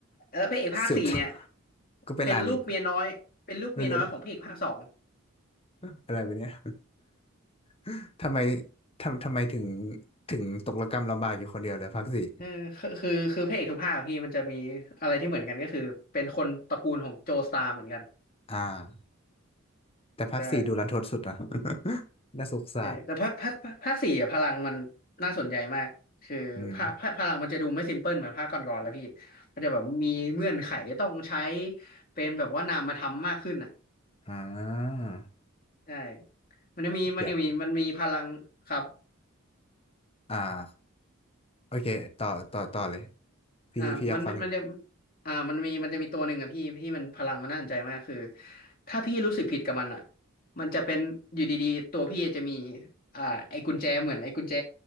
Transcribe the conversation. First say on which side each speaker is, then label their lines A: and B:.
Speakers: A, on the left; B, on the left.
A: แล้วพระเอกภาคสี่เนี่ย
B: สืบ <laughs> ก็เป็นหลานอีก
A: เป็นลูกเมียน้อยเป็นลูกเมียน้อยของพระเอกภาคสอง
B: ไม่รู้ <laughs> อะไรแบบเนี้ย <laughs> ทำไมทำทำไมถึงถึงตกระกำลำบากอยู่คนเดียวเลยภาคสี่
A: เออคือคือคือพระเอกทุกภาคอะพี่มันจะมีอะไรที่เหมือนกันก็คือเป็นคนตระกูลของโจสตาร์เหมือนกัน
B: อ่าแต่ภาคสี่ดูรันทดสุดนะ
A: ใช่
B: <laughs> น่าสงสาร
A: ใช่แต่ภาคภาคภาคภาคสี่อะพลังมันน่าสนใจมากคือภาคภาคพลังมันจะดูไม่ซิมเพิลเหมือนภาคก่อนๆแล้วพี่มันจะแบบมีเงื่อนไขต้องใช้
B: อืม
A: เป็นแบบว่านามธรรมมากขึ้นอ่ะ
B: อ่า
A: ใช่มันจะมีมันจะมีมันมีพลังครับ
B: เดี๋ยวอ่า โอเคต่อต่อต่อเลยพี่พี่อยากฟังอยู่
A: อ่ามันมันจะอ่ามันมีมันจะมีตัวหนึ่งอ่ะพี่ที่มันพลังมันน่าสนใจมากคือถ้าพี่รู้สึกผิดกับมันอ่ะมันจะเป็นอยู่ดีๆตัวพี่จะมีอ่าไอ้กุญแจเหมือนไอ้กุญแจ